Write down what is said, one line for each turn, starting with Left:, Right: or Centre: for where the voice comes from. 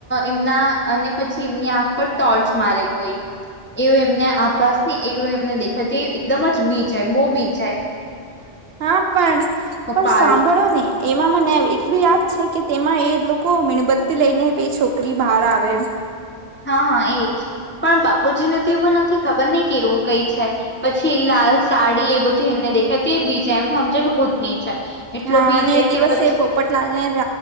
Left: એમના અને પછી એમની આંખ પર ટોર્ચ મારે કોઈ એવું એમને આભાસ એવું એમને દેખાતી એકદમ જ બીચ આ બહુ બીચ
Right: હા પણ પણ
Left: પાર
Right: સાંભળો ને એમાં મને એટલું યાદ છે કે તેમાં એ લોકો મીણબત્તી લઈને પ છોકરી બહાર આવે
Left: હા. હા એજ. પણ બાપુજી ને તો એવું નથી ખબર નહ કે એવું કઈ છે પછી એ લાલ સાડી એ બધી એને દેખાય એ બીજા એમ સમજ કે ભૂતની છે એટલો
Right: હા
Left: બીજાય
Right: અને એ દિવસે
Left: કે પછી
Right: પોપટલાલ ને